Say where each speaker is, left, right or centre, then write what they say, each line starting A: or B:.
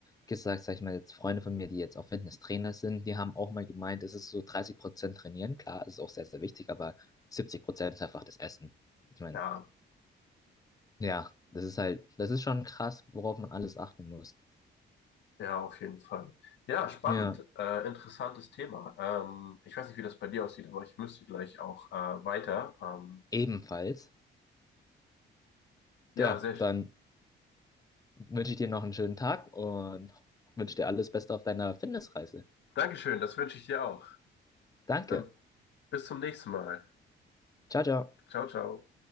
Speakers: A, on the left (about 20°); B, on the left (about 65°).
A: gesagt, sag ich mal, jetzt Freunde von mir, die jetzt auch Fitnesstrainer sind, die haben auch mal gemeint, es ist so 30% trainieren, klar, es ist auch sehr, sehr wichtig, aber 70% ist einfach das Essen. Ich meine,
B: Ja,
A: ja, das ist halt, das ist schon krass, worauf man alles achten muss.
B: ja, auf jeden Fall. Ja, spannend,
A: Ja,
B: äh, interessantes Thema. Ähm, ich weiß nicht, wie das bei dir aussieht, aber ich müsste gleich auch äh, weiter. Ähm,
A: ebenfalls.
B: ja,
A: Da,
B: sehr,
A: dann wünsche ich dir noch einen schönen Tag und wünsche dir alles Beste auf deiner Fitnessreise.
B: Dankeschön, das wünsche ich dir auch.
A: Danke.
B: Dann bis zum nächsten Mal.
A: Ciao, ciao.
B: Ciao, ciao.